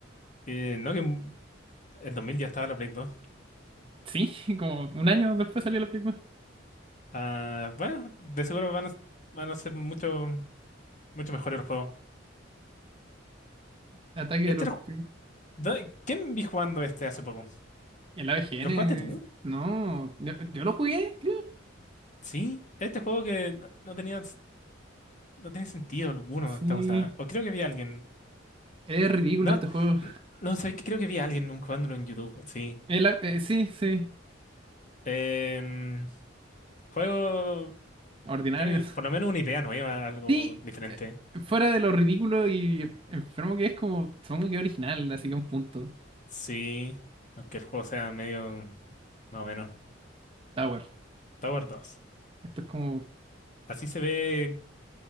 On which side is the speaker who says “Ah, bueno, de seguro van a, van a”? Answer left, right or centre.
Left